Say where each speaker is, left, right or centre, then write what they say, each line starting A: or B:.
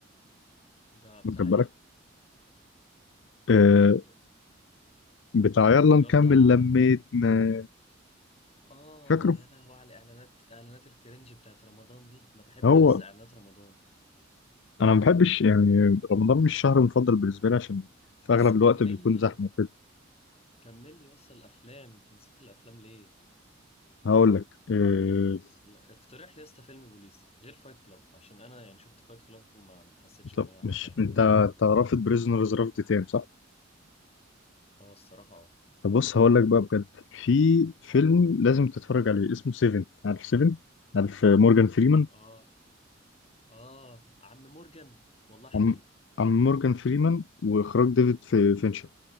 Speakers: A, on the left; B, on the left.
A: ده بتاع
B: واخد
A: ايه
B: بالك
A: قول
B: آه،
A: كده
B: بتاع يلا
A: اللي
B: نكمل
A: هو بتاع
B: لميتنا
A: اه
B: فاكره
A: يا لهو على اعلانات اعلانات الكرنج بتاعت رمضان دي ما بحبش
B: هو
A: لسه اعلانات رمضان
B: انا ما بحبش يعني رمضان مش الشهر المفضل بالنسبه لي عشان في
A: بس
B: اغلب
A: كمل
B: الوقت بيكون
A: لي
B: زحمه كده
A: كمل لي لسه الافلام انت نسيت الافلام ليه
B: هقول لك آه،
A: لا، اقترح لي لسه فيلم بوليسي غير فايت كلاب عشان انا يعني شفت فايت كلاب وما ما حسيتش
B: طب
A: ان انا عجبني
B: مش انت
A: يعني
B: انت رافض بريزنرز رفض تام صح
A: اه الصراحة اه
B: طب بص هقول لك بقى بجد في فيلم لازم تتفرج عليه اسمه سيفن عارف سيفن عارف مورجان فريمان
A: اه اه عم مورجان والله حبيبي
B: عن عن مورجان فريمان واخراج ديفيد في- فينشر